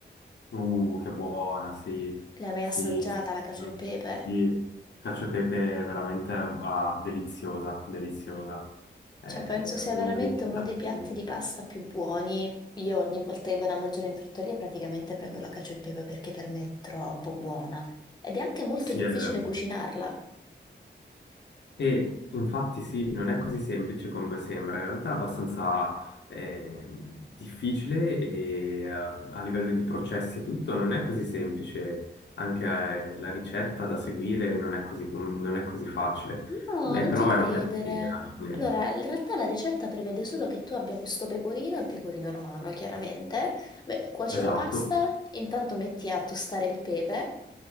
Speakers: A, on the left; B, on the left.
A: Uh, che buona, sì.
B: L'hai mai
A: Sì,
B: assaggiata
A: sì.
B: la cacio e pepe?
A: Sì, cacio e pepe è veramente ah, deliziosa, deliziosa. È
B: Cioè, penso sia
A: uno
B: veramente
A: dei più
B: uno
A: piatti.
B: dei piatti di pasta più buoni. Io ogni volta che vado a mangiare in trattoria praticamente prendo la cacio e pepe perché per me è troppo buona. Ed è anche molto
A: Sì,
B: difficile
A: è vero.
B: cucinarla.
A: E infatti sì, non è così semplice come sembra, in realtà è abbastanza eh, difficile e eh, a livello di processi e tutto non è così semplice, anche eh, la ricetta da seguire non è così, com- non è così facile,
B: No,
A: Beh,
B: non
A: però
B: ti credere.
A: è un piatto che alla fine-
B: Allora, in realtà la ricetta prevede solo che tu abbia questo pecorino, il pecorino romano, chiaramente. Beh, cuoci
A: Esatto.
B: la pasta, intanto metti a tostare il pepe.